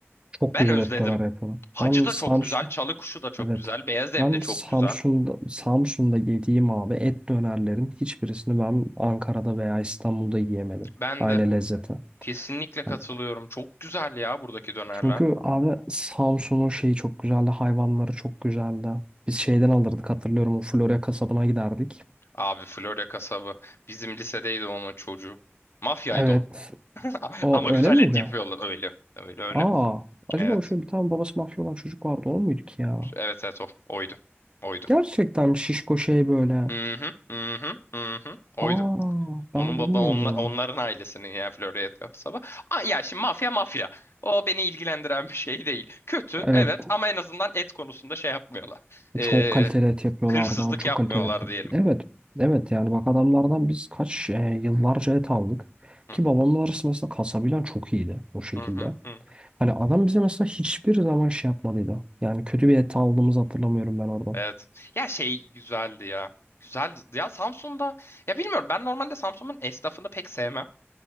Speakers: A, on the right; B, on the left.
A: Çok
B: Ben
A: güzel
B: özledim.
A: et döner yapıyorlar.
B: Hacı
A: Ben
B: da
A: Samsun,
B: çok güzel, çalı kuşu da çok
A: evet.
B: güzel, beyaz ev
A: Ben
B: de çok
A: Samsun'da,
B: güzel.
A: Samsun'da yediğim abi et dönerlerin hiçbirisini ben Ankara'da veya İstanbul'da yiyemedim.
B: Ben
A: Aynı
B: de
A: lezzeti.
B: kesinlikle katılıyorum.
A: Hani
B: Çok güzel ya buradaki dönerler.
A: çünkü abi Samsun'un şeyi çok güzeldi. Hayvanları çok güzeldi. Biz şeyden alırdık hatırlıyorum. O Florya kasabına giderdik.
B: Abi Florya kasabı. Bizim lisedeydi onun çocuğu. Mafyaydı
A: Evet.
B: o. <laughs>
A: O
B: Ama
A: öyle
B: güzel
A: miydi?
B: et yapıyorlar. Öyle. Öyle öyle.
A: Aa. Acaba
B: Evet.
A: o şöyle bir tane babası mafya olan çocuk vardı o muydu ki ya?
B: Evet evet o. Oydu. Oydu.
A: Gerçekten şişko şey böyle.
B: Hı hı hı hı hı hı. Oydu.
A: Aa ben
B: Onun
A: bilmiyordum.
B: baba onla- onların ailesinin yani Florya Kapsaba. Aa, ya şimdi mafya mafya. O beni ilgilendiren bir şey değil. Kötü
A: Evet
B: evet ama en azından et konusunda şey yapmıyorlar. Ee,
A: çok kaliteli et yapıyorlardı
B: hırsızlık
A: abi çok
B: yapmıyorlar
A: kaliteli et.
B: diyelim.
A: Evet evet yani bak adamlardan biz kaç e, yıllarca et aldık.
B: Hı
A: Ki
B: hı,
A: babamla arası mesela kasabilen çok iyiydi o şekilde.
B: hı hı, hı.
A: Hani adam bize mesela hiçbir zaman şey yapmadıydı. Yani kötü bir et aldığımızı hatırlamıyorum ben oradan.
B: Evet. Ya şey güzeldi ya. Güzeldi. Ya Samsun'da ya bilmiyorum ben normalde Samsun'un esnafını pek sevmem.